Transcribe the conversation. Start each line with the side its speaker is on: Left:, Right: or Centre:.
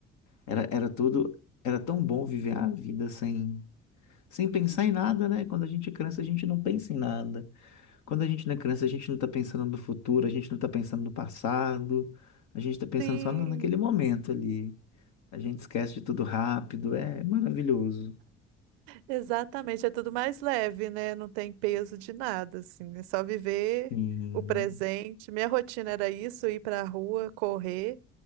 Left: era, era tudo, era tão bom viver a vida sem, sem pensar em nada, né? Quando a gente é criança, a gente não pensa em nada. Quando a gente não é criança, a gente não está pensando no futuro, a gente não está pensando no passado, a gente está pensando
Right: sim.
Left: só na- naquele momento ali. A gente esquece de tudo rápido, é maravilhoso.
Right: Exatamente, é tudo mais leve, né? Não tem peso de nada, assim. É só viver
Left: Sim,
Right: o presente. Minha rotina era isso, ir pra rua, correr.